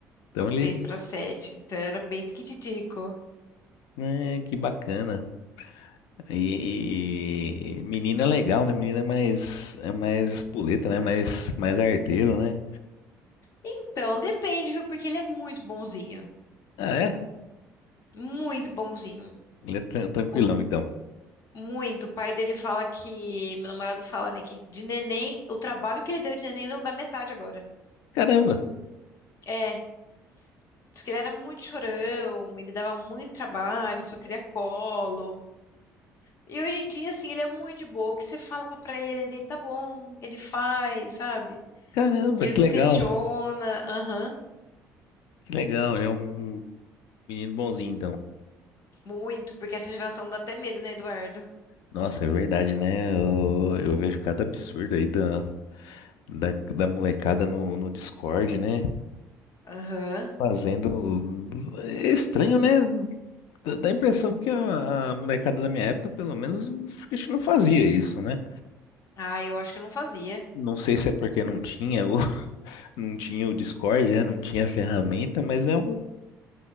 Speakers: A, on the left; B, on the left.
A: Então
B: 6
A: ele,
B: pra 7. Então ele era bem piquititico.
A: né, que bacana. E, e menina é legal, né? Menina é mais, é mais espoleta, né? Mais, mais arteiro, né?
B: Então, depende, viu? Porque ele é muito bonzinho.
A: Ah, é?
B: Muito bonzinho.
A: Ele é tran- tranquilão,
B: O
A: então.
B: Muito. O pai dele fala que. Meu namorado fala, né? Que de neném, o trabalho que ele deu de neném, ele não dá metade agora.
A: Caramba.
B: É. Diz que ele era muito chorão, ele dava muito trabalho, só queria colo. E hoje em dia, assim, ele é muito de boa. O que você fala pra ele, ele tá bom, ele faz, sabe?
A: Caramba,
B: Ele
A: que
B: não
A: legal,
B: questiona. Aham.
A: que legal. Ele é um menino bonzinho, então.
B: Muito. Porque essa geração dá até medo, né, Eduardo?
A: Nossa, é verdade, né? Eu, eu vejo cada absurdo aí da, da, da molecada no, no Discord, né?
B: Aham.
A: Fazendo. É estranho, né? Dá dá a impressão que a, a molecada da minha época, pelo menos, acho que a gente não fazia isso, né?
B: Ah, eu acho que eu não fazia.
A: Não sei se é porque não tinha o, <laughs> não tinha o Discord, né? Não tinha a ferramenta, mas é um.